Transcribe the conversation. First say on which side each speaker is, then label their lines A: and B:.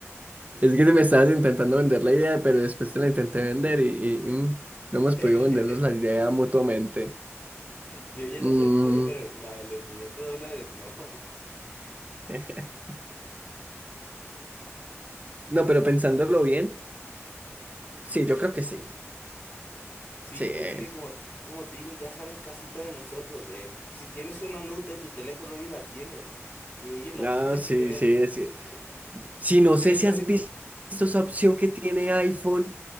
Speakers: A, on the right; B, on the left.
A: que me estabas intentando vender la idea, pero después te la intenté vender y, y, mm, no hemos podido
B: <laughs>
A: vendernos la idea mutuamente.
B: Yo ya
A: Mm.
B: la acepté, pero la del millón de dólares no.
A: <laughs> No, pero pensándolo bien, sí, yo creo que sí.
B: Sí,
A: Sí, es.
B: es que como, como te digo, ya saben casi todos nosotros. eh, si tienes una nota en tu teléfono, ellos la tienen y ellos la
A: ah
B: <laughs> pueden
A: sí,
B: ver.
A: sí, es que-
B: eh,
A: Sí, no
B: tienen
A: sé si
B: toda
A: has
B: la
A: vis- visto esa opción que tiene iPhone.